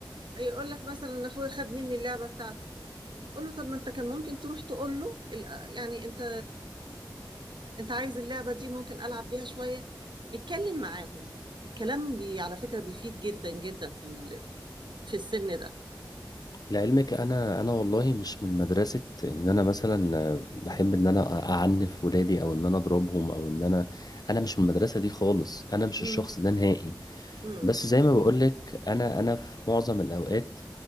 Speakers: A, on the right; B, on the left.
A: هيقول لك مثلا ان اخويا خد مني اللعبة بتاعتي قول له طب ما انت كان ممكن تروح تقول له ال- يعني انت انت عايز اللعبة دي ممكن ألعب بيها شوية اتكلم معاهم الكلام بي على فكرة بيفيد جدا جدا في ال... في السن ده
B: لعلمك انا انا والله مش من مدرسه ان انا مثلا بحب ان انا اعنف ولادي او ان انا اضربهم او ان انا انا مش من المدرسه دي خالص انا مش
A: امم
B: الشخص ده نهائي
A: امم
B: بس زي ما بقولك انا انا في معظم الاوقات